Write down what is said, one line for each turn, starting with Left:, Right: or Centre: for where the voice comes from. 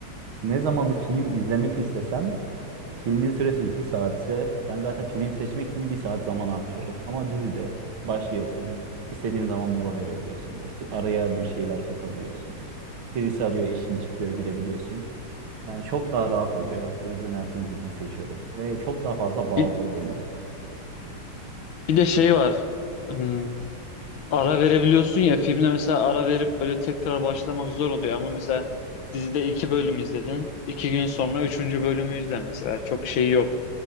Right: ne zaman bir film izlemek istesem filmin süresi 2 saatse ben zaten film seçmek için bir saat zaman harcıyorum. Ama dizide başlıyorsun. istediğin zaman mola verebiliyorsun. İste- araya bir şeyler sokabiliyorsun. Birisi arıyor işin çıkıyor gidebiliyorsun. Yani çok daha rahat oluyor. O yüzden her türlü diziyi seçiyorum. Ve çok daha fazla bağlıyor
Left: Bir,
Right: beni.
Left: bir de şey var. Hmm, ara verebiliyorsun ya filmde mesela ara verip böyle tekrar başlamak zor oluyor ama mesela dizide iki bölüm izledin. iki gün sonra üçüncü bölümü izle mesela. Çok şey yok.